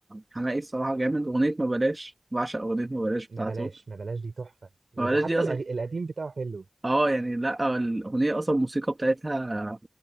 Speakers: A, on the right; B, on the right.
A: حماقي الصراحه جامد اغنيه ما بلاش بعشق اغنيه ما بلاش بتاعته
B: ما بلاش ما بلاش دي تحفه وحتى
A: ما بلاش دي اصلا
B: الأغ- القديم بتاعه حلو
A: اه يعني لا الاغنيه اصلا الموسيقى بتاعتها